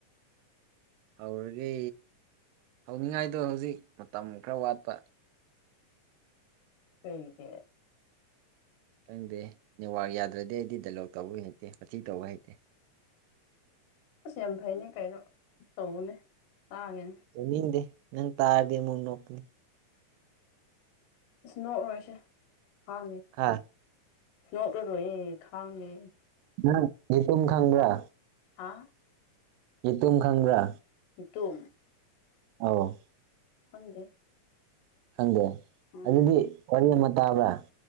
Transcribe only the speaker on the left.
ꯀꯩꯒꯤ
ꯑꯁ ꯌꯥꯝ ꯐꯩꯅꯦ ꯀꯩꯅꯣ ꯇꯧꯑꯨꯅꯦ ꯇꯥꯒꯦꯅꯦ
ꯏꯁ ꯅꯣꯛꯑꯔꯣꯏꯁꯦ ꯈꯥꯡꯒꯦ
ꯅꯣꯛꯂꯔꯣꯏꯌꯦ ꯈꯥꯡꯉꯦ
ꯑꯥ
<unintelligible> ꯇꯨꯝ
ꯈꯪꯗꯦ
ꯎꯝ